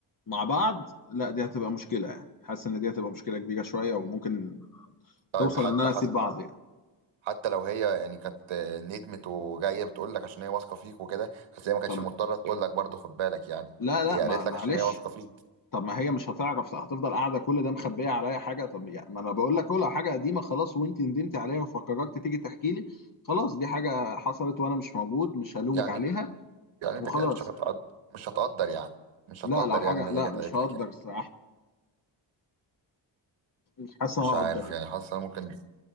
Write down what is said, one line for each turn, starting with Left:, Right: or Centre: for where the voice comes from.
Left: مع بعض لا دي هتبقى مشكله يعني حاسس ان دي هتبقى مشكله كبيره شويه وممكن
Right: طيب
Left: توصل
Right: حتى
Left: ان انا
Right: حتى
Left: اسيب بعض يعني
Right: حتى لو هي يعني كانت آه، ندمت وجاية بتقول لك عشان هي واثقة فيك وكده بس هي ما كانتش
Left: طب
Right: مضطرة تقول لك برضه خد بالك يعني
Left: لا لا
Right: هي
Left: مع-
Right: قالت
Left: معلش
Right: لك عشان هي واثقة فيك
Left: طب ما هي مش هتعرف هتفضل قاعده كل ده مخبيه عليا حاجه طب يعني ما انا بقول لك أهو، لو حاجه قديمه خلاص وانت ندمت عليها وفكرت تيجي تحكي لي خلاص دي حاجه حصلت وانا مش موجود مش هلومك
Right: يعني
Left: عليها
Right: يعني أنت
Left: وخلاص
Right: كده مش هتقدر مش هتقدر يعني مش
Left: لا
Right: هتقدر
Left: لو حاجه
Right: يعني إن هي
Left: لا
Right: جت
Left: مش
Right: قالت
Left: هقدر
Right: لك يعني
Left: الصراحه مش حاسس ان
Right: مش
Left: انا هقدر
Right: عارف يعني حاسس أنا ممكن